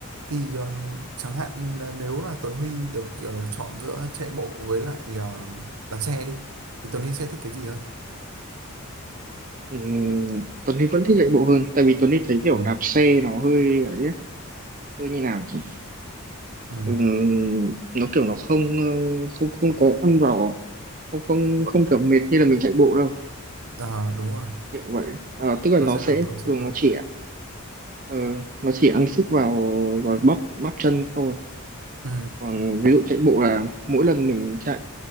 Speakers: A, on the right (about 80°); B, on the right (about 35°).
A: thì ờ, chẳng hạn là nếu là Tuấn Huy được ờ, chọn giữa chạy bộ với lại ờ, đạp xe đi thì Tuấn Huy sẽ thích cái gì hơn
B: ừm, Tuấn Huy vẫn thích chạy bộ hơn tại vì Tuấn Huy thấy kiểu
A: ừ.
B: đạp xe nó hơi ấy ấy, hơi như nào chứ
A: Ừ.
B: Ừm, nó kiểu nó không ờ, không không có ăn vào không không không kiểu mệt như là mình chạy bộ đâu
A: Ờ, đúng rồi
B: kiểu vậy Ờ, tức là
A: nó
B: nó
A: sẽ
B: sẽ
A: đỡ tốn sức
B: thường
A: hơn
B: nó chỉ ờ, nó chỉ ăn sức vào vào bắp bắp chân thôi
A: ừ.
B: còn ví dụ chạy bộ là mỗi lần mình chạy